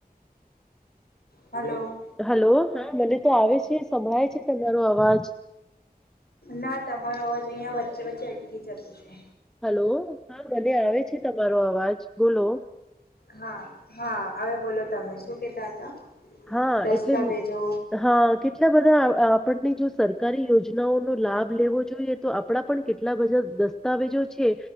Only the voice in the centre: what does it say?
હલો હા, મને તો આવે છે, સંભળાય છે તમારો અવાજ.
હલો હા મને આવે છે તમારો અવાજ બોલો.
હા
એટલે હમ્મ હા કેટ લા બધા અહ આપણની જો સરકારી યોજનાઓનો લાભ લેવો જોઈએ તો આપડા પણ કેટલા બધા દસ્તાવેજો છે